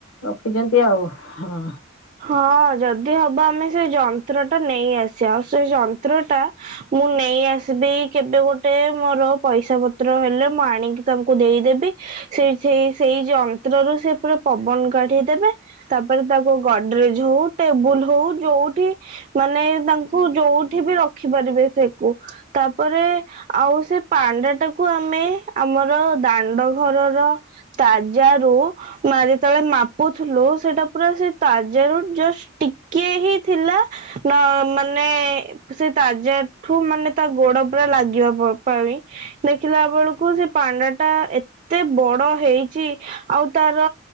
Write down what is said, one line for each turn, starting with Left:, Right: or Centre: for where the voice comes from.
Left: ରଖିଚନ୍ତି ଆଉ, ହଁ।
Right: ହଁ, ଯଦି ହବ ଆମେ ସେ ଯନ୍ତ୍ର ଟା ନେଇ ଆସିବା, ଆଉ ସେ ଯନ୍ତ୍ରଟା ମୁଁ ନେଇ ଆସିବି କେବେ ଗୋଟେ, ମୋର ପଇସା ପତ୍ର ହେଲେ, ମୁଁ ଆଣିକି ତାଙ୍କୁ ଦେଇଦେବି। ସେ, ସେ, ସେଇ ଯଉ ଯନ୍ତ୍ରରୁ ସେ ପୁରା ପବନ କାଢିଦବେ, ତାପରେ ତାକୁ ଗଡରେଜ ହଉ, ଟେବୁଲ ହଉ, ଯୋଉଠି ମାନେ ତାଙ୍କୁ ଯୋଉଠି ବି ରଖିପାରିବେ ସେକୁ, ତାପରେ ଆଉ ସେ ପାଣ୍ଡା ଟାକୁ ଆମେ, ଆମର ଦାଣ୍ଡ ଘରର ତାଜା ରୁ ଯେତେବେଳେ ମାପୁଥିଲୁ, ସେଟା ପୁରା ସେ ତାଜା ରୁ ଜଷ୍ଟ ଟିକେ ହିଁ ଥିଲା, ନା ମାନେ ସେ ତାଜା ଠୁ ମାନେ ତା ଗୋଡ ପୁରା ଲାଗିବା ପାଣି, ଦେଖିଲା ବେଳକୁ ସେ ପାନ ଟା ଏତେ ଏତେ ବଡ ହେଇଚି, ଆଉ ତାର